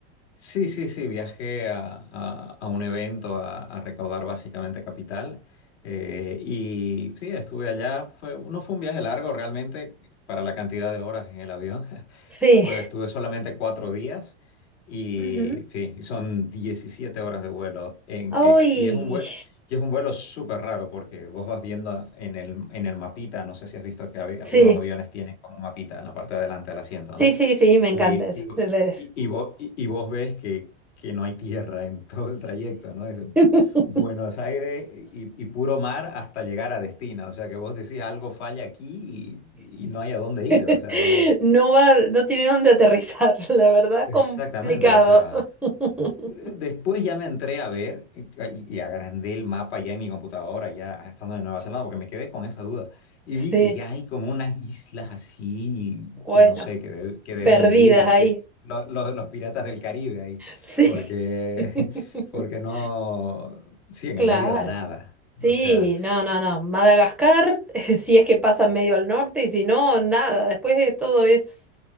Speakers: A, on the left; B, in the centre.
A: Sí, sí, sí, viajé a, a- a un evento a, a recaudar básicamente capital eh, y sí, estuve allá, fue, no fue un viaje largo realmente para la cantidad de horas en el avión, <laughs>
B: Sí.
A: fue, estuve solamente cuatro días y
B: Ujú.
A: sí, y son 17 horas de vuelo en,
B: Uy,
A: eh, y es un vuelo, y es un vuelo súper raro porque vos vas viendo en el, en el mapita, no sé si has visto que avi- algunos
B: sí,
A: aviones tienen como un mapita en la parte de adelante del asiento,
B: sí,
A: ¿no?
B: sí, sí, me
A: Y,
B: encanta eso,
A: y,
B: de veras.
A: y vos, y- y vos ves que, que no hay tierra en todo el trayecto, ¿no? Desde
B: <laughs>
A: Buenos Aires y, y puro mar hasta llegar a destino. O sea que vos decís algo falla aquí y, y no hay a dónde
B: <laughs>
A: ir. O sea, es-
B: No va, no tiene dónde aterrizar, <laughs> la verdad,
A: exactamente.
B: complicado.
A: O sea,
B: <laughs>
A: Eh, Después ya me entré a ver eh, y y agrandé el mapa ya en mi computadora, ya estando de Nueva Zelanda, porque me quedé con esa duda. Y
B: Sí,
A: vi que ya hay como unas islas así,
B: bueno,
A: que no sé, que, de- que deben
B: perdidas
A: vivir los,
B: ahí.
A: pir- lo- lo- los piratas del Caribe ahí,
B: Sí.
A: porque,
B: <laughs>
A: <laughs> porque no, sí, en
B: Claro.
A: el medio de la nada.
B: Sí,
A: O sea,
B: no, no, no. Madagascar, <laughs> si es que pasa medio al norte y si no, nada. Después de todo es